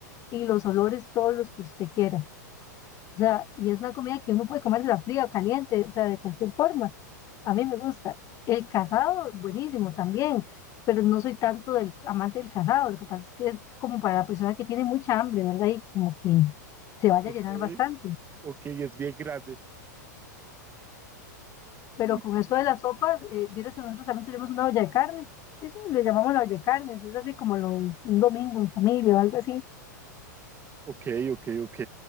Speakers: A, on the left; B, on the right.
A: Y los olores, todos los que usted quiera. O sea, y es una comida que uno puede comérsela fría o caliente, o sea, de cualquier forma. A mí me gusta. El casado, buenísimo también, pero no soy tanto del amante del casado. Lo que pasa es que es como para la persona que tiene mucha hambre, ¿verdad? Y como que se vaya
B: Ok,
A: a llenar bastante.
B: ok, es bien grande.
A: Pero
B: Y
A: con
B: que-
A: eso de las sopas, eh, vieras que nosotros también tenemos una olla de carne. Sí, sí, le llamamos la olla de carne. Eso es así como los, un domingo en familia o algo así.
B: Ok, ok, ok.